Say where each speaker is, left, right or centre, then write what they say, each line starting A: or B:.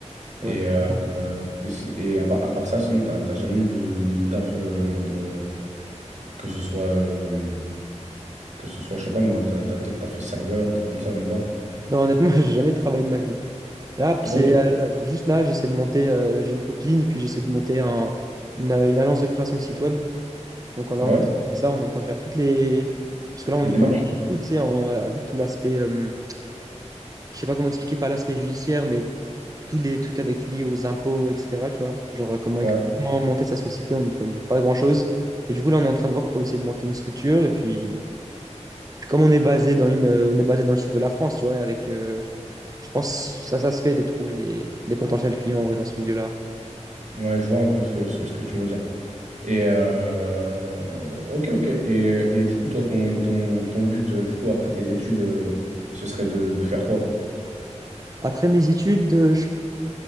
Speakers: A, on the right; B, on the right.
A: Ouais,
B: Et, euh,
A: franchement.
B: et si- et à part, à part ça, sinon, t'as t'as jamais eu de, de taf euh, en mode euh, que ce soit, euh, que ce soit, je sais pas moi, t'as t'as peut-être taffé serveur, un truc comme ça, même pas.
A: Non, honnêtement, <laughs> j'ai jamais travaillé de ma vie. Là, c'est
B: Ok.
A: euh, juste là, j'essaie de monter, euh, j'ai une copine, et puis j'essaie de monter un, une, euh, une agence de création de site web. Donc là,
B: Ouais.
A: on est en train de faire ça, on est en train de faire toutes les... Parce que là, on
B: Des
A: n'y
B: démarches.
A: connaît rien du tout, tu sais, en- avec tout l'aspect... euh, je sais pas comment expliquer par l'aspect judiciaire, mais tous les trucs avec liés aux impôts, etc. Tu vois, genre euh, comment,
B: Ouais.
A: éc- comment monter sa société, on n'y connaît pas grand-chose. Et du coup, là, on est en train de voir pour essayer de monter une structure. Et puis, puis comme on est basé dans une, euh, on est basé dans le sud de la France, tu vois, et avec, euh, je pense, ça, ça se fait de trouver des, des potentiels clients en vrai dans ce milieu-là.
B: Ouais, je vois un peu ce que, ce, que ce que tu veux dire. Et euh, ok, ok. Et, euh, et du coup, toi, ton, ton, ton but, euh, du coup, après tes études, euh, ce serait de, de faire quoi?
A: Après mes études, euh, je